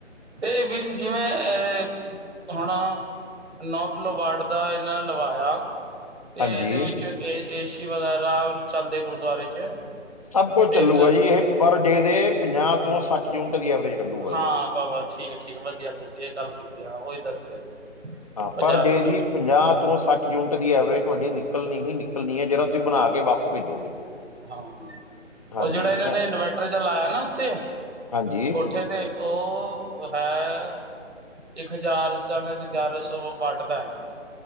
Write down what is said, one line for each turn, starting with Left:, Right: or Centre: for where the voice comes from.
Right: ਤੇ ਵੀਰ ਜਿਵੇਂ ਅ ਹੁਣ ਨੌ ਕਿਲੋ ਵਾਟ ਦਾ ਇਹਨਾਂ ਨੇ ਲਵਾਇਆ ਤੇ
Left: ਹਾਂਜੀ
Right: ਇਹਦੇ ਵਿੱਚ ਏ ਏਸੀ ਵਗੈਰਾ ਅਰਾਮ ਚੱਲਦੇ ਗੁਰੂਦੁਆਰੇ 'ਚ
Left: ਸਭ ਕੁਝ
Right: ਤੇ
Left: ਚੱਲੂਗਾ
Right: ਇੱਕ
Left: ਜੀ। ਇਹ ਪਰ ਡੇ ਦੇ, ਪੰਜਾਹ ਤੋਂ ਸੱਠ ਯੂਨਿਟ ਦੀ ਐਵਰੇਜ। ਕੱਢੂਗਾ
Right: ਹਾਂ,
Left: ਜੀ
Right: ਬਾ-ਬਾ ਠੀਕ ਐ, ਠੀਕ ਐ। ਵਧੀਆ ਤੁਸੀਂ ਇਹ ਗੱਲ ਕੀਤੀ। ਉਹੀ ਦੱਸ ਰਿਹਾ ਸੀ।
Left: ਹਾਂ
Right: ਪੰਜਾਹ
Left: ਪਰ
Right: ਤੋਂ
Left: ਡੇ
Right: ਸੱਠ
Left: ਦੀ ਪੰਜਾਹ ਤੋਂ ਸੱਠ ਯੂਨਿਟ ਦੀ ਐਵਰੇਜ ਤੁਹਾਡੀ ਨਿਕਲਣੀ ਹੀ ਨਿਕਲਣੀ ਐ ਜਿਹੜਾ ਤੁਸੀਂ ਬਣਾ ਕੇ ਵਾਪਸ ਭੇਜੋਗੇ।
Right: ਹਾਂ
Left: ਹਾਂਜੀ
Right: ਉਹ ਜਿਹੜਾ ਇਹਨਾਂ
Left: ਐ-
Right: ਨੇ ਇਨਵਰਟਰ ਜਾ ਲਾਇਆ ਨਾ ਉਤੇ
Left: ਹਾਂਜੀ
Right: ਉੱਥੇ ਤੇ ਉਹ ਹੈ। ਇੱਕ ਹਜ਼ਾਰ ਜਾਣੇ ਤੇ ਗਿਆਰਾਂ ਸੌ ਵੱਢਦਾ ਹੈਗਾ।